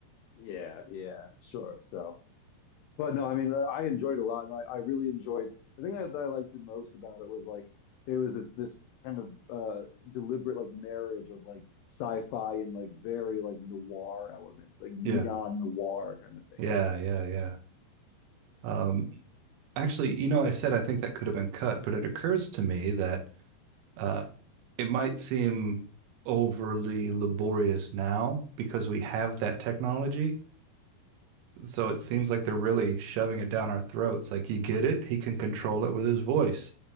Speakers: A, on the left; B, on the right.
A: yeah, yeah, sure. So, but no, I mean, uh, I enjoyed it a lot, and I, I really enjoyed. The thing that I liked the most about it was like it was this this kind of uh deliberate like marriage of like sci-fi and like very like noir elements, like neon
B: Yeah.
A: noir kind of thing.
B: Yeah, yeah, yeah. Um, actually, you know, I said I think that could have been cut, but it occurs to me that uh, it might seem overly laborious now because we have that technology, so it seems like they're really shoving it down our throats. Like you get it, he can control it with his voice.